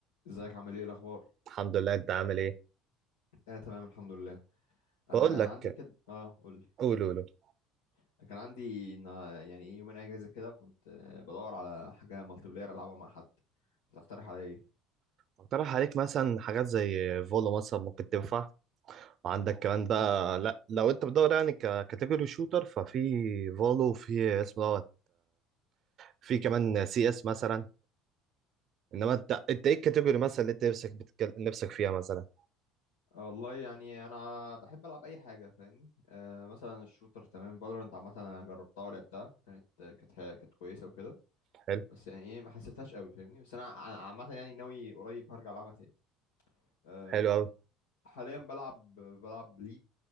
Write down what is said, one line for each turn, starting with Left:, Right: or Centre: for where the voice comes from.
Left: ازيك عامل ايه الاخبار
Right: الحمد لله انت عامل ايه
Left: انا تمام الحمد لله انا
Right: بقول لك
Left: عندي كده اه قول لي
Right: قول قول قول.
Left: أنا كان عندي إن- يعني ايه يومين اجازه كده وكنت آه، بدور على حاجه مالتي بلاير العبها مع حد تقترح عليا ايه
Right: اقترح عليك مثلا حاجات زي فولو مثلا ممكن تنفع وعندك كمان بقى لا لو انت بتدور يعني ككاتيجوري شوتر ففي فولو في اسمه دوت في كمان سي اس مثلا انما انت انت ايه الكاتيجوري مثلا اللي انت نفسك بتكل... نفسك فيها مثلا
Left: آه، والله يعني انا بحب العب اي حاجه فاهمني آه مثلا الشوتر تمام فالورنت عامه انا جربتها ولعبتها كانت آه، كانت ح- كانت كويسه وكده
Right: حلو
Left: بس يعني ايه ما حسيتهاش قوي فاهمني بس انا ع- عامه يعني ناوي قريب هرجع العبها تاني آه
Right: حلو قوي
Left: حاليا بلعب بلعب ليج